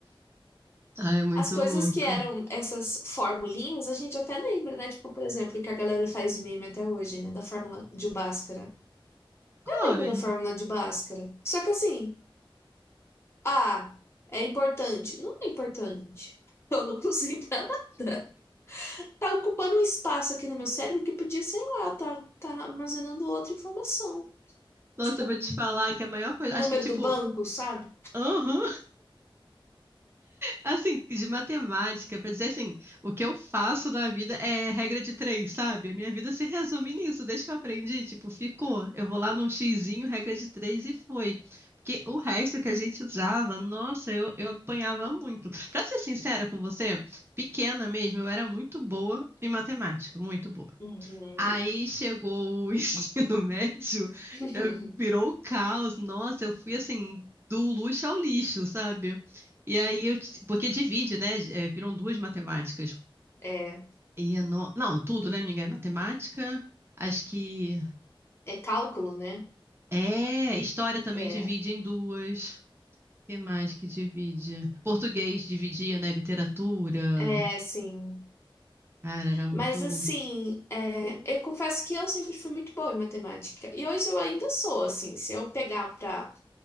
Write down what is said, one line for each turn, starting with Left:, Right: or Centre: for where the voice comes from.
Right: Ai, muito
Left: As coisas
Right: louco.
Left: que eram essas formulinhas, a gente até lembra, né? Tipo, por exemplo, que a galera faz meme até hoje, né? Da fórmula de Bhaskara.
Right: Come.
Left: Eu lembro da fórmula de Bhaskara. Só que assim, ah, é importante. Não é importante. <laughs> Eu não usei pra nada. Tá ocupando um espaço aqui no meu cérebro que podia, sei lá, tá, tá armazenando outra informação.
Right: Nossa,
Left: Tipo
Right: eu vou
Left: um
Right: te falar que a maior coisa.
Left: um
Right: Acho
Left: número
Right: que, tipo,
Left: do banco, sabe?
Right: aham. Assim, de matemática, pra dizer assim, o que eu faço na vida é regra de três, sabe? A minha vida se resume nisso, desde que eu aprendi, tipo, ficou. Eu vou lá num xizinho, regra de três e foi. Porque o resto que a gente usava, nossa, eu, eu apanhava muito. Pra ser sincera com você, pequena mesmo, eu era muito boa em matemática, muito boa.
Left: Uhum.
Right: Aí chegou o <laughs> ensino médio,
Left: <laughs>
Right: eu- virou o caos. Nossa, eu fui assim, do luxo ao lixo, sabe? E aí eu. t- Porque divide, né? É, viram duas matemáticas.
Left: É,
Right: E é no- Não, tudo, né, amiga? É matemática. Acho que.
Left: é cálculo, né?
Right: É, história também
Left: É,
Right: divide em duas. O que mais que divide? Português dividia, né? Literatura.
Left: é, sim.
Right: Cara, era muito
Left: Mas
Right: louco.
Left: assim, é, eu confesso que eu sempre fui muito boa em matemática. E hoje eu ainda sou, assim, se eu pegar para